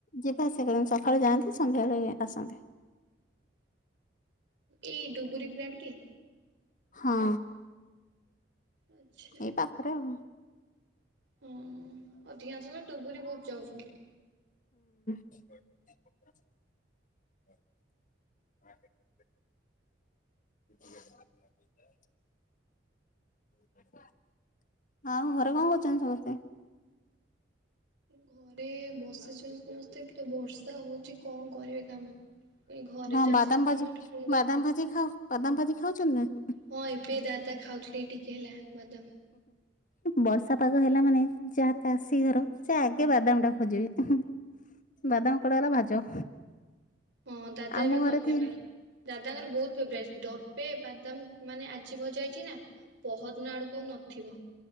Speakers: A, on the left; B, on the right.
A: ଯିବା ଆସିବା କରନ୍ତୁ ସକାଳେ ଯାଆନ୍ତି ସନ୍ଧ୍ୟାବେଳେ ଆସନ୍ତି
B: ଏଇ ଡୁବୁରି ପ୍ଲାନଟ କି?
A: ହଁ
B: ଆଚ୍ଛା
A: ଏଇ ପାଖରେ ଆଉ।
B: ହଁ ଅଧିକାଂଶ ଡୁବୁରି ବହୁତ ଯାଉଛନ୍ତି ।
A: <unintelligible> <unintelligible> ହଁ ଘରେ କଣ କରୁଛନ୍ତି ସମସ୍ତେ?
B: ଘରେ ବସିଛନ୍ତି ସମସ୍ତେ ତ ବର୍ଷା ହଉଛି କଣ କରିବେ କାମ ଏଇ ଘରେ
A: ହଁ
B: ଯାହା
A: ବାଦାମ
B: ସବୁ କାମ
A: ଭାଜି
B: ଟୁକୁଙ୍କର
A: ବାଦାମ ଭାଜି ଖାଅ ବାଦାମ ଭାଜି ଖାଉଛନ୍ତି ନା
B: ହଁ ଏବେ ଦାଦା ଖାଉଥିଲି ଟିକେ ହେଲା ବାଦାମ
A: ବର୍ଷା ପାଗ ହେଲା ମାନେ ଯାହା ଚାଷୀ ଘର ସେ ଆଗେ ବାଦାମ ଟା ଖୋଜିବେ ଉ ହୁ ବାଦାମ କୁଆଡେ ଗଲା ଭାଜ
B: ହଁ ଦାଦା
A: ଆମ
B: ଏବେ
A: ଘରେ
B: ଖାଉଥିଲେ
A: ଥିଲେ
B: ବା ଦାଦାଙ୍କର ବହୁତ ଫେବଟ ପେ ବାଦାମ ମାନେ ଆଜି ଭଜାଇଛି ନା ପହଦ ନା ଆଡକୁ ଆଉ ନଥିବ